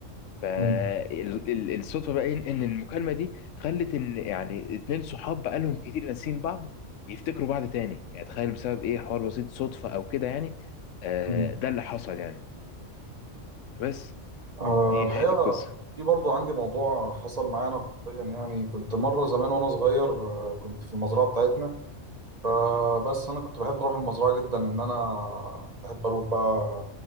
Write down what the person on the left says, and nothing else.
فالصدفه
بقى إيه؟ ان المكالمه دي خلت ان يعني اتنين صحاب بقالهم كتير ناسيين بعض يفتكروا بعض تاني يعني تخيل بسبب ايه حوار بسيط صدفه او كده يعني آه
ده اللي حصل يعني بس
دي
نهاية القصة